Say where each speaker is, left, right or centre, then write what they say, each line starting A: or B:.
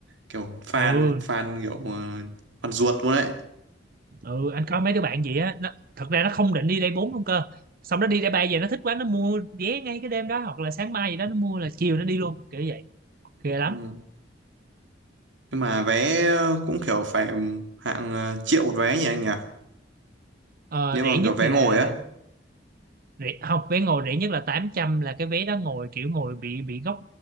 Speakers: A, on the right (about 85°); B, on the right (about 50°).
A: kiểu fan
B: ừ
A: fan kiểu ờ, fan ruột luôn đấy
B: ừ anh coi mấy đứa bạn vậy á nó, thật ra nó không định đi đây 4 luôn cơ xong nó đi đây 3 về nó thích quá nó mua vé ngay cái đêm đó hoặc là sáng mai gì đó nó mua là chiều nó đi luôn kiểu vậy ghê lắm
A: ừ. nhưng mà vé cũng kiểu phải hạng ờ, triệu một vé nhỉ anh nhỉ
B: ờ,
A: nếu
B: rẻ
A: mà
B: nhất
A: kiểu vé
B: thì
A: ngồi
B: là
A: á
B: rẻ, không vé ngồi rẻ nhất là tám trăm là cái vé đó ngồi kiểu ngồi bị bị góc